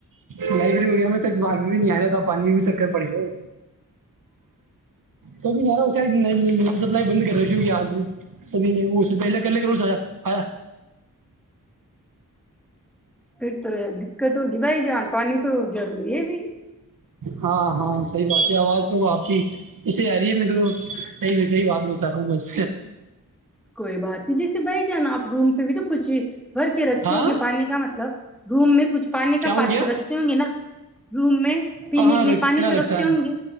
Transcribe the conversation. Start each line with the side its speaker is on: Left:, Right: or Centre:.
Right: لائبریری وغیرہ میں ب تک باہر میں بھی نہیں آ رہا تھا پانی میں بھی چکر پڑی ہو کبھی نہیں آ رہا ا شاید نہیں سپلائی بند کر رکھی ہوگی آج سبھی نے وہ اس سے پہلے کے کرو سا آا
Centre: پھر تو دقت ہوگی بھائی جان پانی تو ضروری ہے بھی
Right: ہاں ہاں صحیح بات ہے آواز تو آپ کی ایے آ رہی ہے میں تو صحیح صحیح بات بتا رہا ہوں بس
Centre: کوئی بات نہیں جسے بی جان نا آپ روم پہ بھی تو کچچی بھر کے رکھتے
Right: ہاں
Centre: ہو گے پانی کا مطلب روم میں کچھ پانی کا
Right: کیا ہو
Centre: پات
Right: گیا
Centre: رکھتے ہوں گے نا روم میں پینے
Right: ہاں ہاں
Centre: کے لیے
Right: رکھتے
Centre: پانی
Right: نا
Centre: تو
Right: رکھتا ہے
Centre: ہوں گے